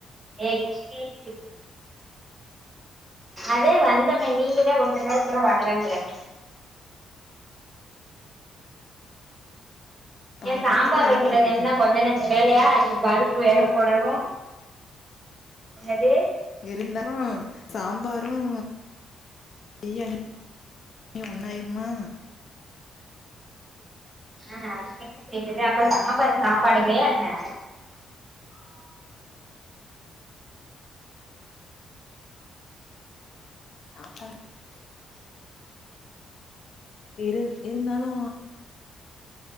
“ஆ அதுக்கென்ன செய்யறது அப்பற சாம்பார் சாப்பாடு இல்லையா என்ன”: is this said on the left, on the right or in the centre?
Right